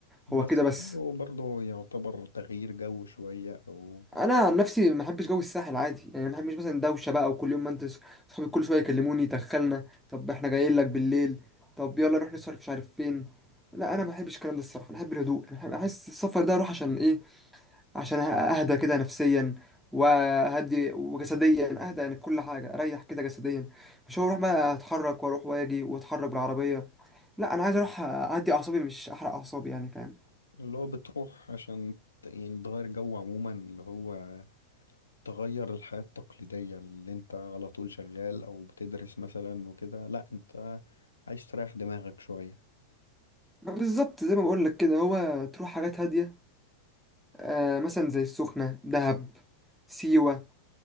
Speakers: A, on the left; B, in the centre.
A: بس
B: هو كده بس
A: حلو برضه يعتبر تغيير جو شوية أو
B: انا عن نفسي ما بحبش جو الساحل عادي يعني ما بحبش مثلا دوشه بقى وكل يوم ما انت صحابي كل شويه يكلموني دخلنا طب احنا جايين لك بالليل طب يلا نروح نصرف مش عارف فين لا انا ما بحبش الكلام ده الصراحه انا بحب الهدوء انا بحب- احس السفر ده اروح عشان ايه عشان اهدى كده نفسيا وهدي وجسديا اهدى يعني كل حاجه اريح كده جسديا مش هروح بقى اتحرك واروح واجي واتحرك بالعربيه لا انا عايز اروح اعدي اعصابي مش احرق اعصابي يعني فاهم
A: اللي هو بتروح عشان ت- يعني تغير جو عموما اللي هو تغير الحياة التقليدية اللي انت على طول شغال أو بتدرس مثلا وكده لأ انت عايز تريح دماغك شوية
B: ما بالظبط زي ما بقول لك كده هو تروح حاجات هاديه آه مثلا زي السخنة دهب سيوة